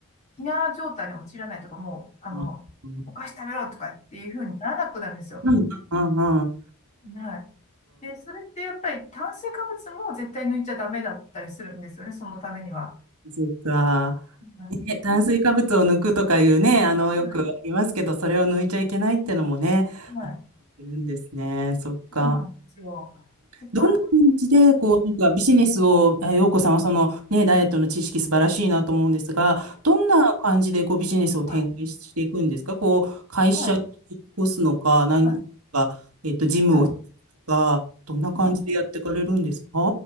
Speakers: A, on the left; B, on the right.
A: 飢餓状態に陥らないとか、もう、あの、
B: うん。
A: お菓子食べろとかっていう風にならなくなるんですよ。
B: うん。うん。うん。
A: はい。で、それってやっぱり炭水化物も絶対抜いちゃダメだったりするんですよね、そのためには。
B: そうか。
A: はいうん、
B: ね、炭水化物を抜くとかいうね、あの、よくありますけど、
A: は
B: それを抜いちゃいけないってのもね、
A: い、はい、
B: あるんですね。そっか。
A: そうなんですよ。でちゃんと、
B: どんな感じで、こう、なんかビジネスを、あ陽子さんはそのね、ダイエットの知識素晴らしいなと思うんですが、どんな感じでこうビジネスを展開していくんですかこう、
A: はい、
B: 会社を起こすのか、
A: はい、
B: 何か、
A: はい、はい、
B: えっと、ジムを開くとか、
A: は
B: どんな感じでやっていかれるんですか
A: いはい